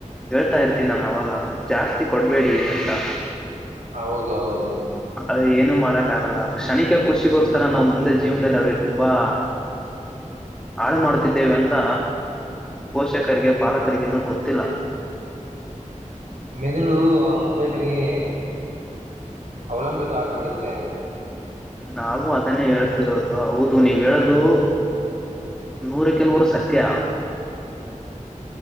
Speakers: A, in the centre; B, on the right (about 70°).
A: ಹೇಳ್ತಾ ಇರ್ತೀನಿ ನಾನು ಅವಾಗ ಜಾಸ್ತಿ ಕೊಡ್ಬೇಡಿ ಅಂತಾ.
B: ಹೌದು ಹೌದು
A: ಅದ್ರ ಏನು ಮಾಡಕ್ಕ ಆಗಲ್ಲ ಕ್ಷಣಿಕ ಖುಷಿಗೋಸ್ಕರ ನಾವ್ ಮುಂದೆ ಜೀವನದಲ್ಲಿ ಅವ್ರಿಗೆ ತುಂಬಾ.
B: <inaudible>
A: ಹಾಳು ಮಾಡುತ್ತಿದ್ದೇವೆ ಅಂತ ಪೋಷಕರಿಗೆ ಪಾಲಕರಿಗೆ ಇನ್ನುೂ ಗೊತ್ತಿಲ್ಲ
B: ಮೆದುಳು ಆ ಮೊಬೈಲಿಗೆ ಅವಲಂಬಿತ ಆಗ್ಬಿಡುತ್ತೆ
A: ನಾವು ಅದನ್ನೇ ಹೇಳ್ತಿರೋದು ಹೌದು ನೀವ್ ಹೇಳದು ನೂರಕ್ಕೆ ನೂರು ಸತ್ಯ